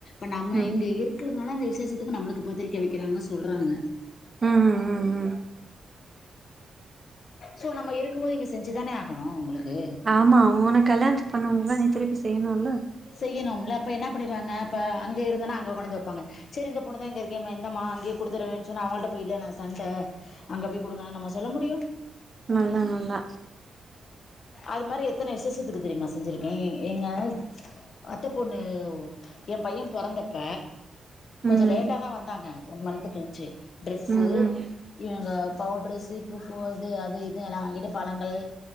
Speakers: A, on the left (about 55°); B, on the right (about 25°).
A: இ நம்ம
B: ம்
A: இங்க இரு இருக்கிறதுனால விசேசத்துக்கு நம்மளுக்கு பத்திரிக்க வைக்குறாங்க சொல்றாங்க
B: ம் ம் ம்
A: சோ நம்ம இருக்கும் போது இங்க செஞ்சுதானே ஆகணு உங்களுக்கு
B: ஆமா உனக்கு கல்யாணத்து பண்ணவங்களுக்கு எல்லா நீ திருப்பி செய்யணும்ல
A: செய்யணும்ல அப்ப என்ன பண்ணிருவாங்க அப்ப அங்க இருந்தனா அங்க கொடந்து வைப்பாங்க சரி இந்த பொண்ணு தா இங்க இருக்கே சரி இந்தம்மா அங்கேயே கொடுத்துருறவன்னு சொன்னா அவங்கள் கிட்ட போய் இல்ல நா சண்ட அங்க பொய்குடுங்கன்னா நம்ம சொல்ல முடியு
B: நல்லா நல்லா
A: அது மாதிரி எத்தன விசேஷத்துக்கு தெரிமா செஞ்சிருக்க எங்க அத்த பொண்ணு எய பைய பொறந்தப்ப கொஞ்சோ
B: ம்
A: லேட்டா தா வந்தாங்க ஒன் மன்த் கழ்ச்சு ட்ரெஸ்ஸு
B: ம் ம்
A: இவுங்க பவுட்ரு சீப்பு ஃபோ இது அது இது எல்லா வாங்கிட்டு பழங்கள்